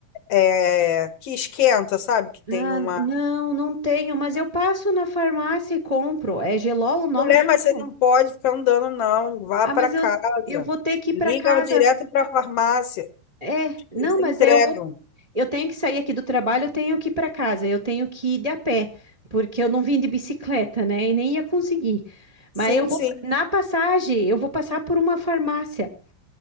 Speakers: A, on the left; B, on the right.
A: é, que esquenta, sabe? Que tem
B: ah,
A: uma
B: não, não tenho, mas eu passo na farmácia e compro. É gelol o nome
A: Mulher,
B: mesmo?
A: mas você não pode ficar andando, não. Vá
B: Ah,
A: para
B: mas
A: casa.
B: eu, eu vou ter que ir para
A: Liga
B: casa.
A: direto para a farmácia.
B: É, não,
A: Eles
B: mas
A: entregam.
B: é, eu vou Eu tenho que sair aqui do trabalho, eu tenho que ir para casa, eu tenho que ir de a pé, porque eu não vim de bicicleta, né? E nem ia conseguir.
A: Sim,
B: Mas eu vou,
A: sim.
B: na passagem, eu vou passar por uma farmácia,